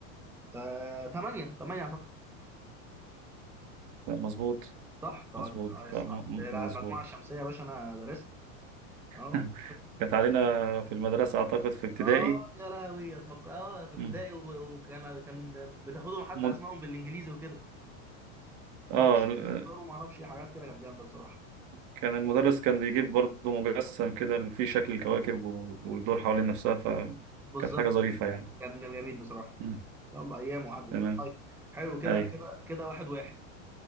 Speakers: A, in the centre; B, on the right.
A: آه 8 8 اعتقد
B: لا، مظبوط
A: صح طيب
B: مظبوط
A: كويس
B: لا
A: الحمد
B: م-
A: لله
B: م-
A: لا
B: مظبوط
A: المجموعه الشمسيه يا باشا انا درست اه
B: <laughs> كانت علينا في المدرسة أعتقد في ابتدائي
A: اه يا لهوي اتوقع اه في ابتدائي
B: مم.
A: و- وكان كان بتاخدهم حتى
B: مد...
A: اسمائهم بالانجليزي وكده مارش
B: آه ال-
A: زوبيتار وما اعرفش إيه، حاجات كده كانت جامده بصراحه
B: كان المدرس كان بيجيب برضه مجسم كده اللي فيه شكل الكواكب و... ويدور حوالين نفسها فكانت
A: بالظبط
B: حاجة ظريفة يعني
A: كان كان جميل بصراحه
B: مم.
A: يلا ايام وعدت
B: تمام
A: بقى طيب حلو كده
B: أي
A: كده كده واحد واحد